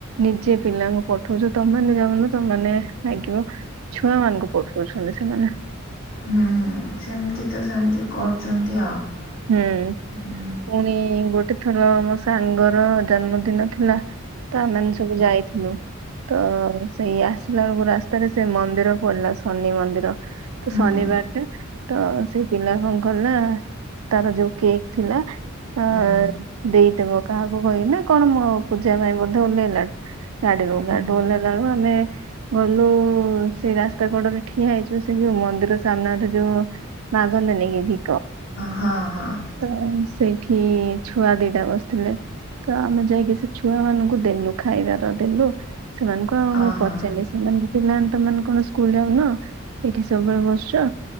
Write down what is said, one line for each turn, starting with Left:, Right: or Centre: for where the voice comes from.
Right: ନିଜେ ପିଲାଙ୍କୁ ପଠଉଛ ତମେମାନେ ଯାଉନ ତମେମାନେ ମାଗିବ ଛୁଆ ମାନଙ୍କୁ ପଠଉଛନ୍ତି ସେମାନେ।
Left: ହୁଁ ସେମିତି ତ ସେମିତି କରୁଛନ୍ତି ଆଉ।
Right: ହୁଁ।
Left: ହୁଁ
Right: ପୁଣି ଗୋଟେ ଥର ମୋ ସାଙ୍ଗର ଜନ୍ମଦିନ ଥିଲା। ତ ଆମେମାନେ ସବୁ ଯାଇଥିଲୁ। ତ ସେଇ ଆସିଲା ବେଳକୁ ରାସ୍ତାରେ ସେ ମନ୍ଦିର ପଡିଲା ଶନି ମନ୍ଦିର। ତ
Left: ହୁଁ
Right: ଶନିବାର ଟା ତ ସେ ପିଲା କଣ କଲା ତାର ଯୋଉ କେକ୍ ଥିଲା। ଅ
Left: ହୁଁ
Right: ଦେଇଦବ କାହାକୁ କହିନା କଣ ମୋ ପୂଜା ପାଇଁ ମଧ୍ୟ ଓହ୍ଲେଇଲା। ଗାଡିରୁ
Left: ହୁଁ
Right: ଗାଡିରୁ ଓହ୍ଲେଇଲା ବେଳକୁ ଆମେ। ଗଲୁ ସେ ରାସ୍ତା କଡରେ ଠିଆ ହେଇଯିବ ସେ ଯୋଉ ମନ୍ଦିର ସାମ୍ନାରେ ଯୋଉ। ମାଗନ୍ତିନି କି ଭି
Left: ହଁ ହଁ। ହଁ
Right: ତ ସେଇଠି ଛୁଆ ଦିଟା ବସିଥିଲେ। ତ ଆମେ ଯାଇକି ସେ ଛୁଆ ମାନଙ୍କୁ ଦେଲୁ ଖାଇବାର ଦେଲୁ। ସେମାନଙ୍କୁ ଆଉ ମୁଁ
Left: ଓହୋ
Right: ପଚାରିଲି ସେମାନଙ୍କୁ ପିଲା ତମେମାନେ କଣ ସ୍କୁଲ ଯାଉନ। ଏଠି ସବୁବେଳେ ବସିଛ